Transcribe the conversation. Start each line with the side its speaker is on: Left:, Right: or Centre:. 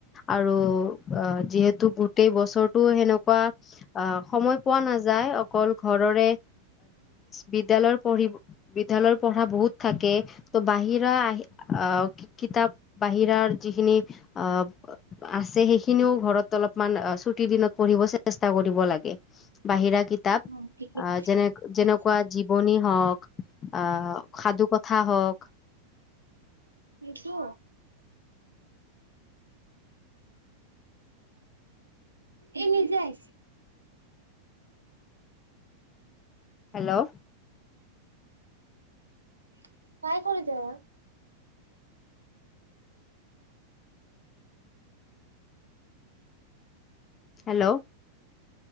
Left: আৰু অ যিহেতু গোটেই বছৰটো সেনেকুৱা অ সময় পোৱা নাযায় অকল ঘৰৰে বিদ্যালয়ৰ পঢ়িব বিদ্যালয় পঢ়া বহুত থাকে ত' বাহিৰা আহি আহ কিতাপ বাহিৰাৰ যিখিনি আহ আছে সেইখিনিও ঘৰত অলপমান ছুটি দিনত পঢ়িব চেষ্টা কৰিব লাগে বাহিৰা কিতাপ
Right: অ ঠিকেই
Left: আহ যেনে যেনেকুৱা জীৱনী হওক আহ সাধু কথা কথা হওক
Right: সেইটো এ নিজেই
Left: হেল্লো
Right: <unintelligible> কৰিছে
Left: হেল্ল',